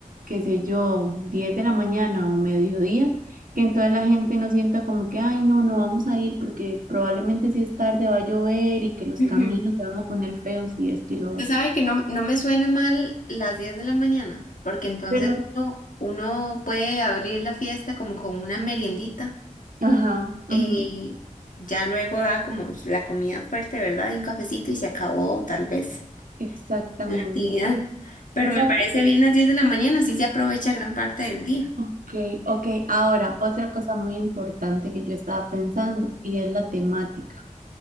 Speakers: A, on the right (about 80°); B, on the left (about 70°).
A: qué sé yo, 10 de la mañana o mediodía, que entonces la gente no sienta como que, ay, no, no vamos a ir porque probablemente si es tarde va a llover y que los
B: Ujú.
A: caminos se van a poner feos y esto y lo
B: Usted
A: otro,
B: sabe que no, no me suena mal las 10 de la mañana, porque entonces
A: ¿verdad?
B: uno, uno puede abrir la fiesta como con una meriendita,
A: Ajá, ujú,
B: eh, ya luego da como la comida fuerte, ¿verdad? Y un cafecito y se acabó tal vez.
A: exactamente.
B: la actividad. Pero
A: Exacto.
B: me parece bien las 10 de la mañana, así se aprovecha gran parte del día.
A: Ok, ok. Ahora, otra cosa muy importante que yo estaba pensando y es la temática,